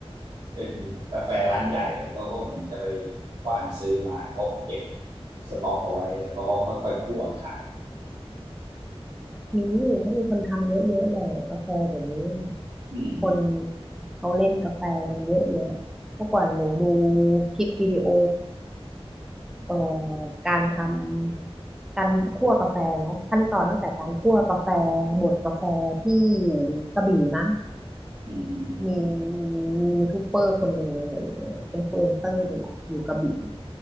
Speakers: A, on the right (about 55°); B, in the centre.
A: เป็นกาแฟร้านใหญ่แล้วก็ผมจะไปกว้านซื้อมาก็เก็บสต็อกเอาไว้แล้วก็ค่อยๆคั่วขาย
B: มีเขามีคนทำเยอะๆเลยกาแฟเดี๋ยวนี้
A: อืม
B: คนเขาเล่นกาแฟกันเยอะแยะเมื่อก่อนหนูดูคลิปวิดีโอเอ่อการทำการคั่วกาแฟเนาะขั้นตอนตั้งแต่การคั่วกาแฟบดกาแฟที่อยู่กระบี่มั้ง
A: อืม
B: มีมีมียูทูบเบอร์คนหนึ่งอะไรอย่างเงี้ยเป็นอินฟลูเอนเซอร์นี่แหละอยู่กระบี่